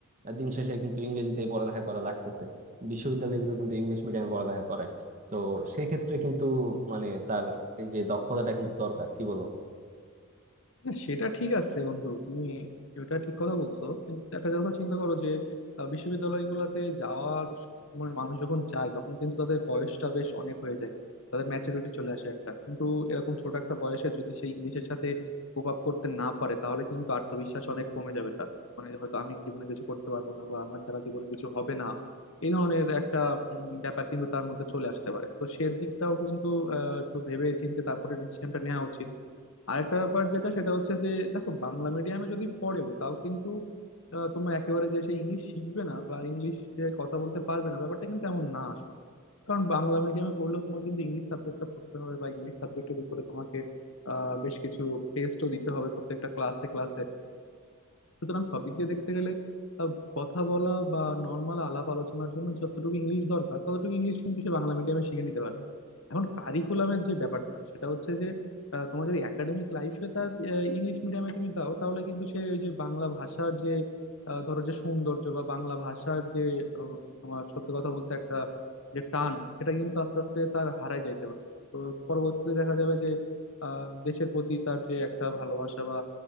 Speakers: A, on the right (about 35°); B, on the left (about 60°).
A: আহ, দিন শেষে কিন্তু ইংরেজিতে পড়ালেখা করা লাগতেছে বিশ্ববিদ্যালয়গুলো কিন্তু ইংলিশ মিডিয়ামে পড়ালেখা করায় তো সেই ক্ষেত্রে কিন্তু মানে তার এই যে দক্ষতাটা কিন্তু দরকার কি বলো
B: না সেটা ঠিক আছে বন্ধু তুমি ওটা ঠিক কথা বলছো কিন্তু একটা কথা চিন্তা করো যে আহ, বিশ্ববিদ্যালয়গুলোতে যাওয়ার স- মানে মানুষ যখন যায় তখন কিন্তু তাদের বয়সটা বেশ অনেক হয়ে যায় তাদের ম্যাচুরিটি চলে আসে একটা কিন্তু এরকম ছোট একটা বয়সে যদি সেই ইংলিশের সাথে কোপ আপ করতে না পারে তাহলে কিন্তু আত্মবিশ্বাস অনেক কমে যাবে তার মানে হয়তো আমি জীবনে কিছু করতে পারবো না বা আমার দ্বারা জীবনে কিছু হবে না এই ধরনের একটা উম, ব্যাপার কিন্তু তার মধ্যে চলে আসতে পারে তো সে দিকটাও কিন্তু আহ, একটু ভেবে চিন্তে তারপরে ডিসিশনটা নেওয়া উচিত আরেকটা ব্যাপার যেটা সেটা হচ্ছে যে দেখো বাংলা মিডিয়ামে যদি পড়েও তাও কিন্তু আহ, তোমার একেবারে যে সে ইংলিশ শিখবে না বা ইংলিশে কথা বলতে পারবে না ব্যাপারটা কিন্তু এমন না আসলে কারণ বাংলা মিডিয়ামে পড়লেও তোমার কিন্তু ইংলিশ সাবজেক্টটা পড়তে হবে বা ইংলিশ সাবজেক্টের উপরে তোমাকে আহ, বেশ কিছু টেস্টও দিতে হবে প্রত্যেকটা ক্লাসে ক্লাসে সুতরাং সব দিক দিয়ে দেখতে গেলে আহ, কথা বলা বা নর্মাল আলাপ আলোচনার জন্য যতটুকু ইংলিশ দরকার ততটুকু ইংলিশ কিন্তু সে বাংলা মিডিয়ামে শিখে নিতে পারবে এখন কারিকুলামের যে ব্যাপারটা সেটা হচ্ছে যে আহ, তোমার যদি একাডেমিক লাইফে তার ইংলিশ মিডিয়ামে তুমি দাও তাহলে কিন্তু সে ওই যে বাংলা ভাষার যে আহ, ধরো যে সৌন্দর্য বা বাংলা ভাষার যে আহ, তোমার সত্যি কথা বলতে একটা যে টান সেটা কিন্তু আস্তে আস্তে তার হারায় যাইতে পারে তো পরবর্তীতে দেখা যাবে যে আহ, দেশের প্রতি তার যে একটা ভালোবাসা বা